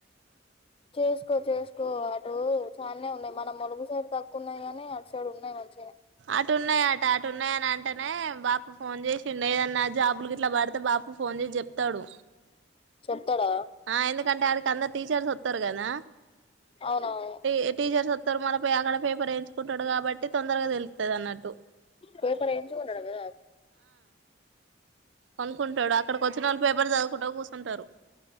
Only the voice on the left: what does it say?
చేసుకో చేసుకో అటూ చానే ఉన్నాయి మన ములుగు సైడ్ తక్కు ఉన్నాయి కాని అటు సైడ్ ఉన్నాయి మంచిగనే
చెప్తాడా
అవునవును
పేపర్ ఎయించి కోంటడ్ కదా